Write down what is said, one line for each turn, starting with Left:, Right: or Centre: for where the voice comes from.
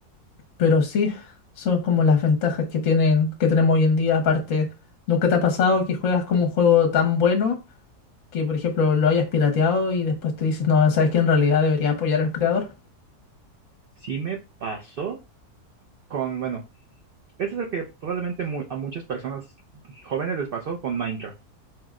Left: Pero sí, son como las ventajas que tienen, que tenemos hoy en día. Aparte, ¿nunca te ha pasado que juegas como un juego tan bueno que, por ejemplo, lo hayas pirateado y después te dices, no, sabes que en realidad debería apoyar al creador?
Right: Sí me pasó con, bueno, eso es lo que probablemente mu- a muchas personas jóvenes les pasó con Minecraft,